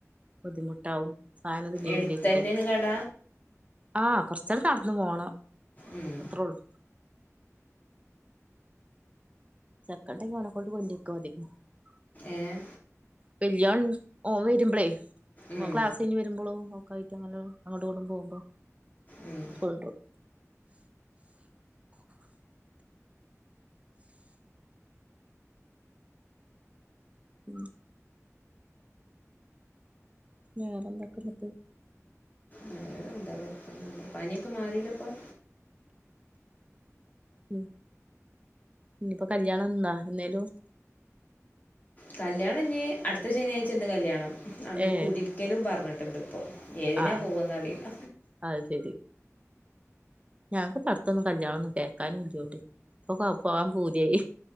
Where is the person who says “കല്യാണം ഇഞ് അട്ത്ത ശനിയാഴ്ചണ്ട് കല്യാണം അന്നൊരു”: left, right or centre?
Left